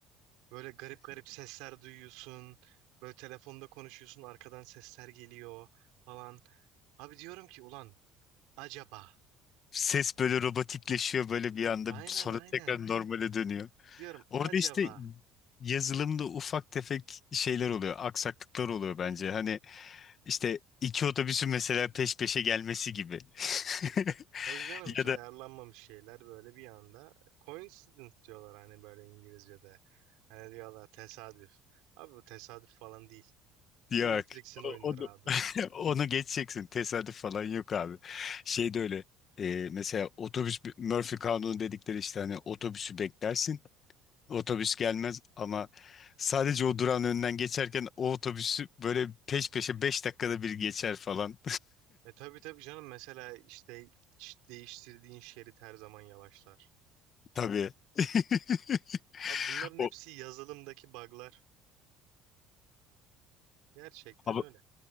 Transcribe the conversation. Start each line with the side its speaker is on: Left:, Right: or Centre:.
Right: böyle garip garip sesler duyuyorsun. Böyle telefonda konuşuyorsun arkadan sesler geliyor falan. Abi diyorum ki ulan acaba.
Left: Ses böyle robotikleşiyor böyle bir anda
Right: Aynen
Left: sonra
Right: aynen.
Left: tekrar normale dönüyor.
Right: Diyorum
Left: Orada
Right: acaba.
Left: işte yazılımda ufak tefek şeyler oluyor, aksaklıklar oluyor bence. Hani işte iki otobüsün mesela peş peşe gelmesi gibi. <laughs>
Right: Tabii canım hiç
Left: Ya
Right: ayarlanmamış
Left: da
Right: şeyler böyle bir anda. Coincidence diyorlar hani böyle İngilizce'de. Hani diyorlar tesadüf. Abi bu tesadüf falan değil.
Left: Yok.
Right: Bu Matrix'in oyunları
Left: O- Onu,
Right: abi.
Left: <laughs> onu geçeceksin. Tesadüf falan yok abi. Şey de öyle. e, mesela otobüs Murphy kanunu dedikleri işte hani otobüsü beklersin. Otobüs gelmez ama sadece o durağın önünden geçerken o otobüsü böyle peş peşe 5 dakikada bir geçer falan.
Right: E tabii tabii canım mesela işte ş- değiştirdiğin şerit her zaman yavaşlar.
Left: <laughs> Tabii. <laughs>
Right: Abi bunların hepsi
Left: O
Right: yazılımdaki bug'lar. Gerçekten
Left: hava,
Right: öyle.